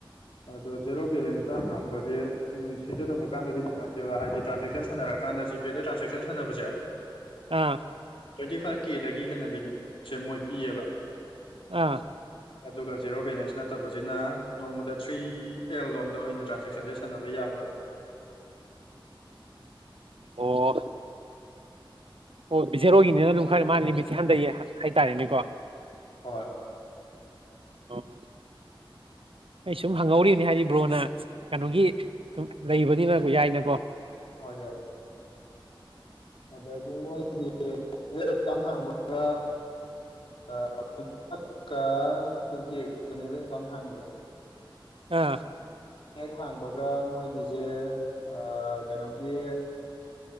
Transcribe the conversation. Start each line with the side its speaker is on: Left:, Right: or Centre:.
Left: ꯑꯗꯣ ꯖꯦꯔꯣ ꯕꯦꯂꯦꯟꯁꯇ ꯍꯥꯡꯕꯁꯦ ꯁꯤꯖꯤꯟꯅꯕ ꯀꯥꯟꯗꯗꯤ ꯅꯨꯡꯉꯥꯏꯇꯦꯕ ꯍꯥꯏꯗꯤ ꯇ꯭ꯔꯥꯟꯁꯦꯛꯁꯟ ꯁꯥꯟꯅꯔꯀꯥꯟꯗ ꯖꯤꯄꯦꯗ ꯇ꯭ꯔꯥꯟꯁꯦꯛꯁꯟ ꯁꯥꯟꯅꯕꯁꯦ
Right: ꯑꯥ
Left: ꯇ꯭ꯋꯦꯟꯇꯤ ꯐꯥꯏꯚ ꯀꯦꯗꯒꯤ ꯍꯦꯟꯅ ꯂꯤꯃꯤꯠꯁꯦ ꯃꯣꯏ ꯄꯤꯌꯦꯕ
Right: ꯑꯥ
Left: ꯑꯗꯨꯒ ꯖꯦꯔꯣ ꯕꯦꯂꯦꯟꯁ ꯅꯠꯇꯕꯁꯤꯅ ꯅꯣꯡꯃꯗ ꯊ꯭ꯔꯤ ꯑꯦꯜ ꯂꯣꯝꯗ ꯑꯣꯏꯅ ꯇ꯭ꯔꯥꯟꯖꯦꯛꯁꯟꯁꯦ ꯁꯥꯟꯅꯕ ꯌꯥꯕ
Right: ꯑꯣ
Left: ꯑꯣꯏ
Right: ꯑꯣ ꯕꯤꯖꯦꯔꯣꯏꯒꯤꯅꯤꯅ ꯑꯗꯨꯝ ꯈꯔ ꯃꯥꯅ ꯂꯤꯃꯤꯠꯁꯦ ꯍꯟꯊꯩꯑꯦ ꯍꯥꯏꯇꯥꯔꯦꯅꯦꯀꯣ
Left: ꯍꯣꯏ
Right: ꯑꯣ ꯑꯩ ꯁꯨꯝ ꯍꯪꯍꯧꯔꯤꯅꯤ ꯍꯥꯏꯗꯤ ꯕ꯭ꯔꯣꯅ ꯀꯩꯅꯣꯒꯤ ꯁꯨꯝ ꯂꯩꯕꯅꯤꯅ ꯌꯥꯏꯅꯀꯣ
Left: ꯍꯣꯏ ꯌꯥꯏ ꯑꯗꯒꯤ ꯃꯣꯏꯒꯤ ꯍꯦꯛ ꯑꯦꯀꯥꯎꯟ ꯍꯥꯡꯕꯒꯀ ꯇꯨ ꯀꯦꯕꯅꯦꯕ ꯑꯦꯀꯥꯎꯟ ꯍꯥꯡꯉꯤꯁꯦ
Right: ꯑꯥ
Left: ꯍꯦꯛ ꯍꯥꯡꯕꯒ ꯃꯣꯏꯒꯤꯁꯦ ꯑ ꯀꯩꯅꯣꯒꯤ